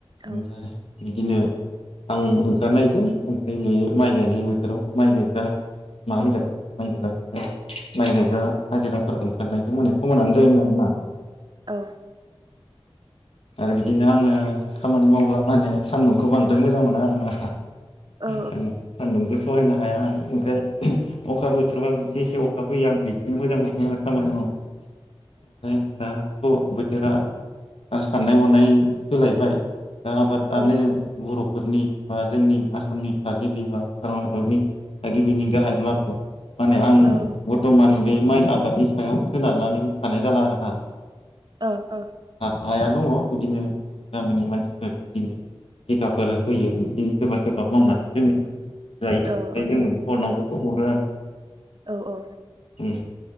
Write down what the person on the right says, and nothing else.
ओ
ओ औ
औ
औ
औ
औ ओ
औ
औ
औ ओ ओ